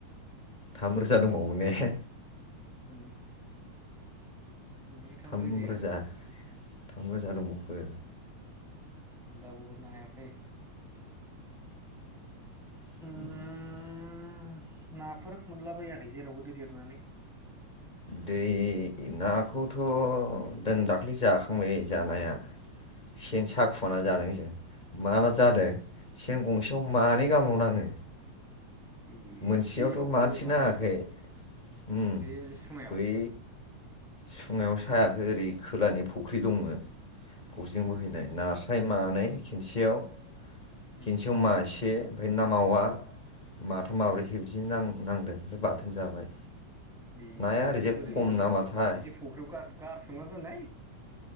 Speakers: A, on the left; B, in the centre.
A: थाम रोजा दंबावोमोन ने।
B: उम नोंनि
A: थाम
B: रोजाया
A: रोजा थामरोजा दंबावो।
B: दाबो हरनो हायाखै।
A: <inaudible>
B: उम नाफोर मोनला बाखै जेरावबो दै देरनानै।
A: दै नाखौथ' जों दाख्लै जाखांबाय जानाया। सेन साखुमा जादों जों मा मा जादों। सेन गंसेयाव मानै गाहामल' नाङो।
B: ए
A: मोनसेयावथ'
B: बेयाव
A: मासे
B: बे माबायाव
A: नाङाखै उम।
B: बे सुङायाव
A: बै सुआयाव साहायाखै ओरै खोलानि फुख्रि दंमोन। बोहैनाय नास्राय मानै खिनसेयाव खिनसेयाव
B: उम
A: मासे ओमफ्राय ना मावा माथाम माब्रैसो
B: उम
A: बिदि नां नांदो ओमफ्राय बाथोन जाबाय।
B: बेयावलाय
A: नाया ओरैजाय
B: बोरै
A: खम नामाथाय
B: बिदि फुख्रियाव गारसोमना दोननाय।